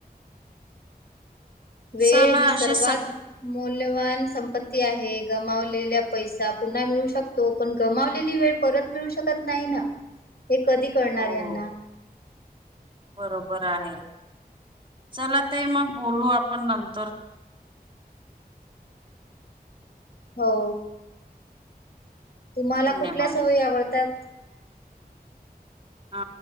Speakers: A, on the left; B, on the right.
A: वेळ
B: चला
A: ही सर्वात
B: असे सख
A: मौल्यवान संपत्ती आहे गमावलेल्या पैसा पुन्हा मिळू शक तो पण गमावलेली वेळ परत मिळू शकत नाही ना हे कधी कळणार
B: हो
A: यांना?
B: बरोबर आहे. चला ताई मग बोलू आपण नंतर.
A: हो. तुम्हाला
B: धन्यवाद
A: कुठल्या सवयी आवडतात?
B: आ.